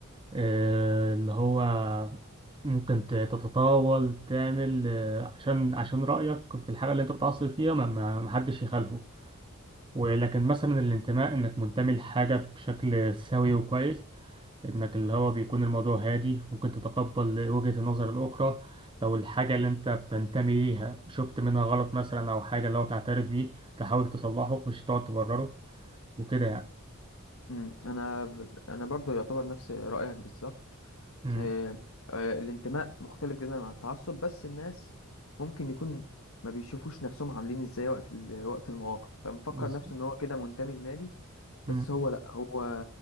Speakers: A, on the right; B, on the left.
A: آه، اللي هو ممكن ت- تتطاول تعمل آه، عشان عشان رأيك في الحاجة اللي انت متعصب فيها ما ما- ما حدش يخالفه ولكن مثلا الانتماء انك منتمي لحاجة بشكل سوي وكويس انك اللي هو بيكون الموضوع هادي ممكن تتقبل وجهة النظر الأخرى لو الحاجة اللي انت بتنتمي ليها شفت منها غلط مثلا أو حاجة اللي هو تعترف بيه تحاول تصلحه مش تقعد تبرره وكده يعني
B: مم، انا انا برضو يعتبر نفس رأيك بالظبط
A: امم
B: إيه آه، الانتماء مختلف جدا عن التعصب بس الناس ممكن يكون ما بيشوفوش نفسهم عاملين ازاي وقت ال- وقت المواقف فمفكر
A: بز-
B: نفسه ان هو كده منتمي لنادي بس
A: امم
B: هو لا هو